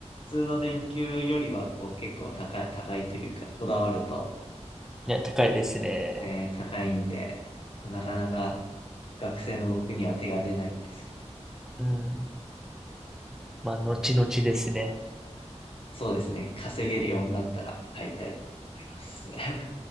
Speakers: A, on the left (about 50°); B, in the centre.
A: 普通の電球よりは、こう結構高い、高いというか、こだわると、
B: ね、高いですね。
A: ね、高いんで、なかなか学生の僕には手が出ないんですけど、
B: うん。まあ、後々ですね。
A: そうですね、稼げるようになったら買いたいと思います。